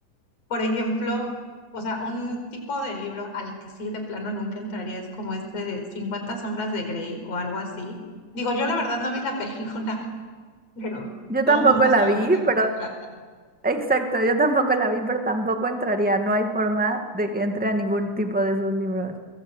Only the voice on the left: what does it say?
Por ejemplo, o sea, un tipo de libro al que sí de plano nunca entraría es como este de cincuenta sombras de Grey o algo así. Digo, yo la verdad no vi la <laughs> película, pero
todo
el mundo
sabemos
de qué
se trata.